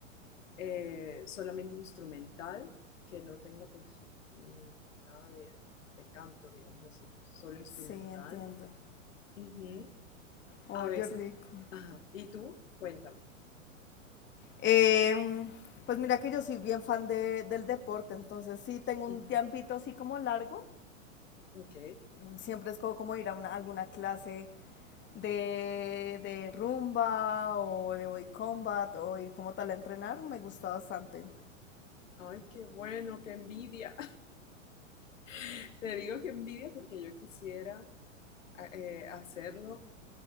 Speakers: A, on the left; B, on the left.
A: eh, solamente instrumental, que no tenga pues nada de, de canto, digamos así, solo instrumental.
B: Sí, entiendo.
A: Ujú.
B: Oye,
A: A veces,
B: rico.
A: ajá, ¿y tú? Cuéntame.
B: Em, pues mira que yo soy bien fan de- del deporte, entonces sí tengo un
A: Ujú.
B: tiempito así como largo
A: Ok.
B: Siempre es como, ir a una- alguna clase de, de rumba o de body combat o ir como tal a entrenar, me gusta bastante.
A: Ay, qué bueno, qué envidia. <laughs> Te digo que envidia porque yo quisiera a- eh, hacerlo.